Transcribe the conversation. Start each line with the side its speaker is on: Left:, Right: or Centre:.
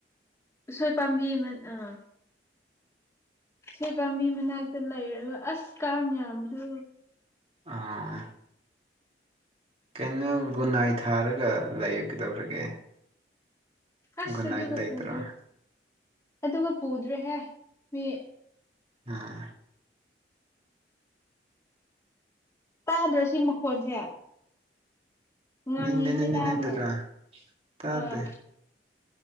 Left: ꯎꯁꯣꯏ ꯄꯥꯝꯕꯤ ꯑꯃ ꯑꯥ ꯎꯁꯣꯏ ꯄꯥꯝꯕꯤ ꯃꯅꯥꯛꯇ ꯂꯩꯔꯒ ꯑꯁ ꯀꯥꯡ ꯌꯥꯝꯕꯗꯣ
Right: ꯑꯥ <inaudible> ꯀꯩꯅꯣ ꯒꯨꯗ ꯅꯥꯏꯠ ꯊꯥꯔꯒ ꯂꯩꯌꯨ ꯀꯩꯗꯧꯔꯒꯦ
Left: ꯑꯁ
Right: ꯒꯨꯟꯅꯥꯏ
Left: ꯑꯗꯨꯒ
Right: ꯂꯩꯇ꯭ꯔꯣ
Left: ꯄꯨꯗ꯭ꯔꯦ ꯑꯗꯨꯒ ꯄꯨꯗ꯭ꯔꯦꯍꯦ ꯃꯤ
Right: ꯎꯝ
Left: ꯇꯥꯗ꯭ꯔꯣ ꯁꯤ ꯃꯈꯣꯟꯁꯦ ꯉꯪꯉꯤꯁꯦ
Right: ꯎꯝꯗꯨꯔꯥ
Left: ꯇꯥꯕ꯭ꯔꯣ
Right: ꯇꯥꯗꯦ
Left: ꯑꯥ